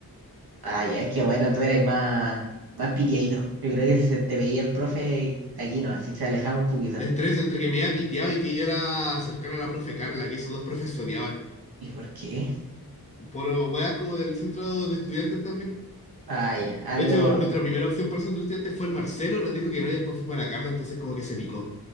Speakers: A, on the right; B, on the left.
A: Ah, ya, es que bueno, tú eras más, más pitiadito. Yo creo que se te veía el profe y aquí no, así se alejaba un poquito.
B: Entre eso, entre que me había piteado y que yo era cercano a la profe Carla, y esos dos profes se odiaban.
A: ¿Y por qué?
B: Por weas como del centro de estudiantes también.
A: Ah, ya, algo.
B: De hecho, nuestra primera opción para el centro de estudiantes fue el Marcelo, nos dijo que no, y después fue para la Carla, entonces como que se picó.